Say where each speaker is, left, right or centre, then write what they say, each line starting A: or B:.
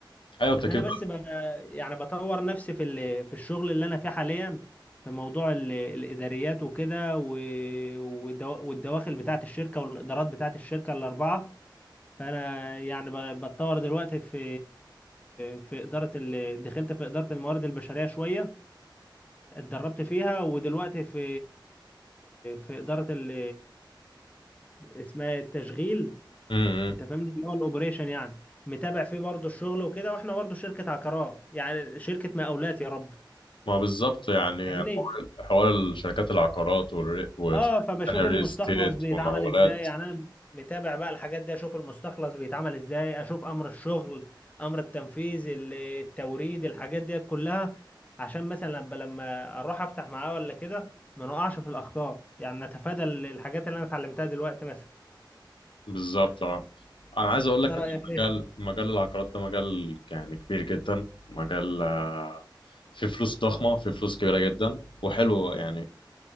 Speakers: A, on the left; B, on the left.
A: ايوه التكييف
B: فانا بس
A: بقى
B: ب... يعني بطور نفسي في ال... في الشغل اللي انا فيه حاليا في موضوع ال... الاداريات وكده و... والدوا- والدواخل بتاعه الشركه والادارات بتاعه الشركه الاربعه فانا يعني ب- بتطور دلوقتي في في اداره ال... دخلت في اداره الموارد البشريه شويه اتدربت فيها ودلوقتي في في اداره ال... اسمها التشغيل
A: امم
B: انت فاهمني اللي هو الاوبريشن يعني متابع فيه برضه الشغل وكده واحنا برضه شركه عقارات يعني شركه مقاولات يا رب
A: ما بالظبط يعني
B: فاهمني
A: حوار حوار الشركات العقارات والري... والتانية
B: اه فبشوف
A: الريل
B: المستخلص
A: ستيت
B: بيتعمل
A: والمقاولات
B: ازاي يعني انا متابع بقى الحاجات دي اشوف المستخلص بيتعمل ازاي اشوف امر الشغل امر التنفيذ ال- التوريد الحاجات دي كلها عشان مثلا لما لما اروح افتح معاه ولا كده ما نقعش في الاخطاء يعني نتفادى ال- الحاجات اللي انا اتعلمتها دلوقتي مثلا
A: بالظبط اه انا عايز اقول
B: انت
A: لك
B: رايك
A: ان
B: ايه
A: مجال مجال العقارات ده مجال يعني كبير جدا مجال آه، فيه فلوس ضخمه فيه فلوس كبيره جدا وحلو يعني